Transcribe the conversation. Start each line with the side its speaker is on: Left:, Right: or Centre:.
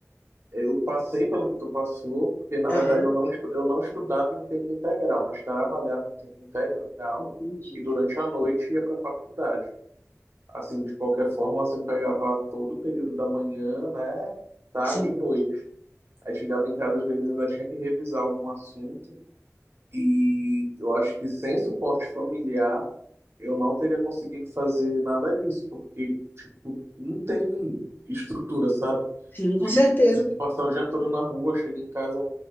Right: eu passei pelo que tu passou, porque na
Left: Aham,
Right: verdade eu não, estu- eu não estudava em tempo integral, mas trabalhava em tempo integral
Left: entendi.
Right: e durante a noite ia pra faculdade. Assim, de qualquer forma, assim, pegava todo o período da manhã, né? Tarde
Left: Sim,
Right: e noite. Aí chegava em casa, às vezes ainda tinha que revisar algum assunto. E eu acho que sem suporte familiar, eu não teria conseguido fazer nada disso, porque, tipo, não tem estrutura, sabe?
Left: sim,
Right: De,
Left: com certeza.
Right: de passar o dia todo na rua, chega em casa,